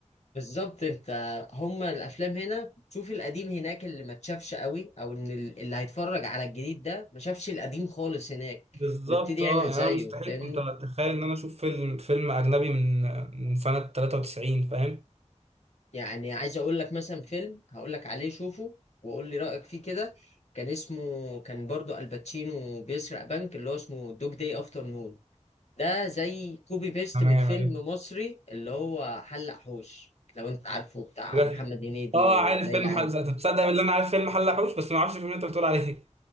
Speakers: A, on the left (about 60°); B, on the right (about 55°).
A: بالظبط انت هما الافلام هنا بتشوف القديم هناك اللي ما اتشافش قوي او ان ال- اللي هيتفرج على الجديد ده ما شافش القديم خالص هناك
B: بالظبط
A: ويبتدي يعمل
B: اه يعني
A: زيه
B: انا مستحيل
A: فاهمني
B: كنت اتخيل ان انا اشوف فيلم فيلم اجنبي من من سنه 93 فاهم
A: يعني عايز اقول لك مثلا فيلم هقول لك عليه شوفه وقول لي رأيك فيه كده كان اسمه كان برضو الباتشينو بيسرق بنك اللي هو اسمه دوج داي افتر نون ده زي كوبي بيست
B: تمام
A: من فيلم
B: عرفت
A: مصري اللي هو حلق حوش لو انت عارفه بتاع
B: ده
A: محمد هنيدي
B: اه
A: وليلى
B: عارف فيلم
A: علوي
B: حل تصدق بالله انا عارف فيلم حلحوش بس ما اعرفش الفيلم اللي انت بتقول عليه